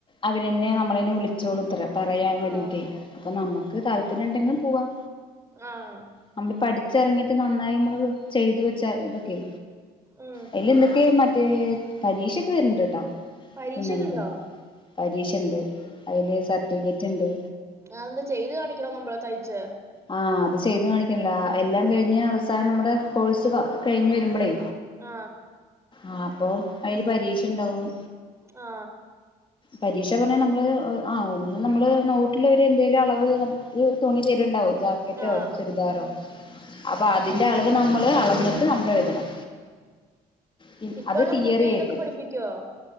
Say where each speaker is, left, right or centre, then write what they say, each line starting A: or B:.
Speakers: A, on the left; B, on the right.
A: അവര്ന്നെ നമ്മളെ വിളിച്ചോളുംത്രേ പറയാൻ വേണ്ടീട്ട്.
B: ആഹ്
A: അപ്പൊ നമക്ക് താല്പര്യം ഉണ്ടെങ്കിൽ പോവാം.
B: ആഹ്.
A: നമ്മള് പഠിച്ചിറങ്ങിട്ട് നന്നായി നമ്മള് ചെയ്തു വെച്ചാ ഓകെ.
B: ഉം
A: അയിൽ എന്തൊക്കയാ മറ്റേ പരീക്ഷയൊക്കെ വരുന്ന്ണ്ട്ട്ടോ
B: പരീക്ഷയൊക്കെ
A: തുന്നലിന്റെ-
B: ഉണ്ടോ
A: പരീക്ഷണ്ട്. അയില് സർട്ടിഫിക്കറ്റ്ണ്ട്.
B: അത് എന്താ ചെയ്ത് കാണിക്കണോ നമ്മള് തയ്യിച്ച്?
A: ആ അത് ചെയ്ത് കാണികാണല്ലോ എല്ലാം കഴിഞ്ഞ് അവസാനം നമ്മുടെ കോഴ്സ് കഴിഞ്ഞ് വരുമ്പളേ
B: ആ
A: ആ അപ്പോ അതില് പരീക്ഷണ്ടാവും.
B: ആ
A: പരീക്ഷ പറഞ്ഞാൽ നമ്മള് ആ ഒന്ന് നമ്മള് നോട്ടിൽ ഒരു എന്തേലും അളവ് ഒരു തുണി തരണ്ടാവുല്ലോ? റ്റോ
B: ആഹ്.
A: ചുരിദാറോ അപ്പൊ അതിന്റെ അളവ് നമ്മള് അളന്നിട്ട് നമ്മള് എഴുതണം. ഹം.
B: ഇപ്പള്ള
A: അത് തീയറിയായിട്ട്
B: പുതിയ ഇതൊക്കെ പഠിപ്പിക്കോ?